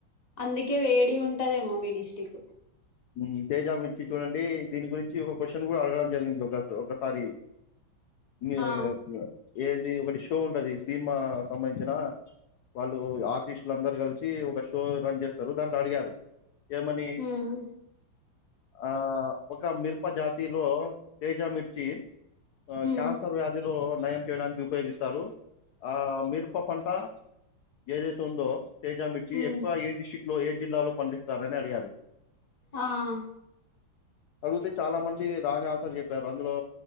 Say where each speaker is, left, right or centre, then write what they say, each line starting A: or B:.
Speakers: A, on the left (about 25°); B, on the left (about 65°).
A: అందుకే వేడి ఉంటదేమో మీ డిస్టిక్!
B: మ్ తేజా మిర్చి చూడండి, దీని గురించి ఒక క్వశ్చన్ కూడా అడగడం జరిగింది ఒక ఒకసారి! నే
A: ఆ
B: గా ఏది ఒకటి షో ఉండది సినిమా సంబంధించిన వాళ్ళు ఆర్టిస్టులు, అందరు కలిసి ఒక షో రన్ చేస్తరు దాంట్ల అడిగారు. ఏమని
A: హ్మ్
B: ఆ ఒక మిరప జాతిలో తేజ మిర్చి ఆ
A: ఉమ్
B: క్యాన్సర్ వ్యాధిలో నయం చేయడానికి ఉపయోగిస్తారు. ఆ మిరప పంట ఏదైతే ఉందో తేజామిిర్చి
A: ఉమ్
B: ఎక్కువ ఏ డిస్టిక్ లో ఏ జిల్లాలో పండిస్తారని అడిగారు
A: ఆహ్
B: అడుగుతే చాలా మంది రాంగ్ ఆన్సర్ చెప్పారు. అందులో